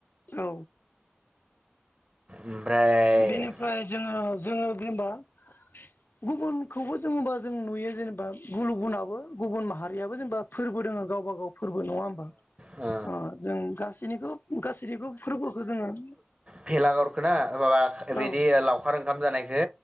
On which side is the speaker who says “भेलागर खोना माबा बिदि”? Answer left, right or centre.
Right